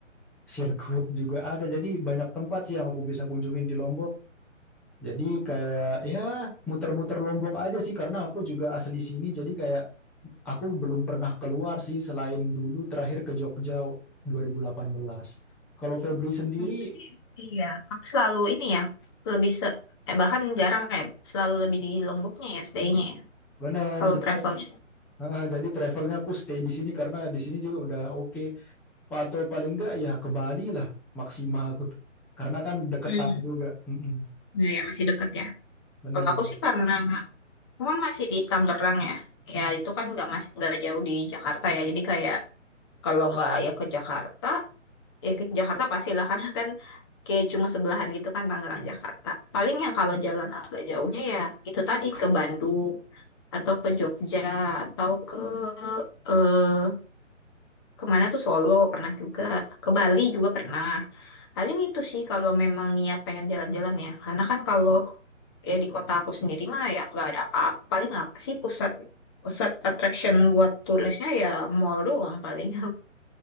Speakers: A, in the centre; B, on the left.
A: sirkuit juga ada. Jadi banyak tempat sih yang aku bisa kunjungin di Lombok. Jadi kayak ya muter-muter Lombok aja sih karena aku juga asli sini. Jadi kayak Aku belum pernah keluar sih selain dulu terakhir ke Jogja 2018. Kalau Febri sendiri
B: Berarti, Iya, kamu selalu ini ya, lebih se eh, bahkan jarang ya, selalu lebih di Lomboknya ya stay-nya ya,
A: benar
B: kalau
A: jadi
B: travelnya.
A: ah, jadi travelnya aku stay di sini karena di sini juga udah oke. Atau paling enggak ya ke Bali lah maksimal. <laughs> Karena kan deketan
B: Hmm,
A: juga. Mm-mm,
B: iya masih deket ya.
A: Bener.
B: Kalau aku sih karena Cuman masih di Tangerang ya. Ya itu kan nggak masih nggak jauh di Jakarta ya. Jadi kayak kalau nggak ya ke Jakarta, ya ke Jakarta pastilah <laughs> karena kan kayak cuma sebelahan gitu kan Tangerang Jakarta. Paling yang kalau jalan agak jauhnya ya itu tadi ke Bandung atau ke Jogja atau ke eh kemana tuh Solo pernah juga ke Bali juga pernah. Paling itu sih kalau memang niat pengen jalan-jalan ya. Karena kan kalau ya di kota aku sendiri mah ya nggak ada apa-apa paling apa sih pusat pusat attraction buat turisnya ya mall doang paling